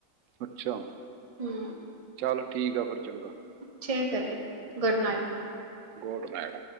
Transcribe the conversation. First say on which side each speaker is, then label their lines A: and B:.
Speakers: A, on the right; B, on the right.
A: ਅੱਛਾ,
B: ਹਮ
A: ਚੱਲ ਠੀਕ ਆ, ਫਿਰ ਚੰਗਾ।
B: ਠੀਕ ਹੈ ਜੀ, ਗੁਡ ਨਾਈਟ,
A: ਗੋਡ ਨਾਈਟ।